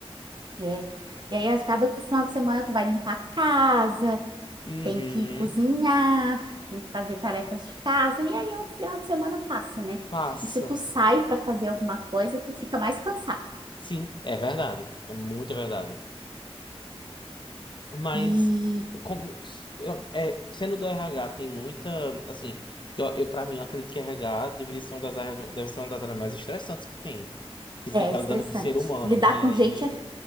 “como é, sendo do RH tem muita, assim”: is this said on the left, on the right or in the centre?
Left